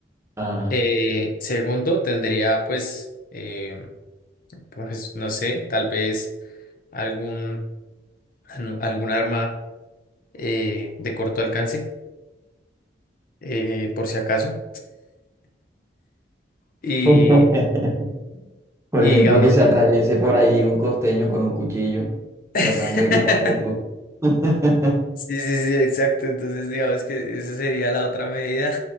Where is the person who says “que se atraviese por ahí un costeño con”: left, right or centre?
Right